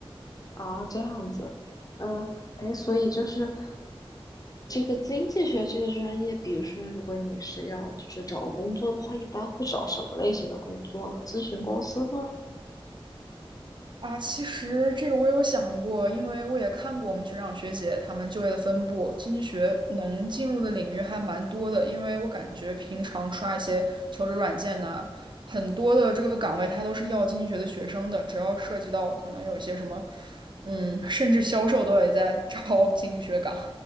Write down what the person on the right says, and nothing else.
啊，其实这个我有想过，因为我也看过我们学长学姐他们就业的分布，经济学能进入的领域还蛮多的。因为我感觉平常刷一些求职软件呐、很多的这个岗位它都是要经济学的学生的，只要涉及到可能有一些什么，嗯，甚至销售都也在招经济学岗。